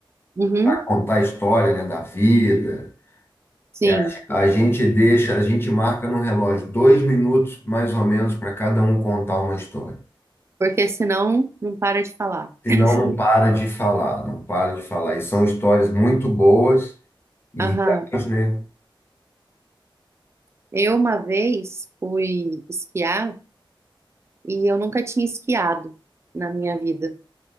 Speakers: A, on the right; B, on the left.
A: uhum.
B: contar a história, né, da vida,
A: Sim,
B: é, a a gente deixa, a gente marca no relógio dois minutos mais ou menos para cada um contar uma história.
A: porque senão não para de falar.
B: Senão
A: <laughs>
B: não para de falar, não para de falar. E são histórias muito boas e
A: Aham.
B: reais, né?
A: Eu uma vez fui esquiar e eu nunca tinha esquiado na minha vida.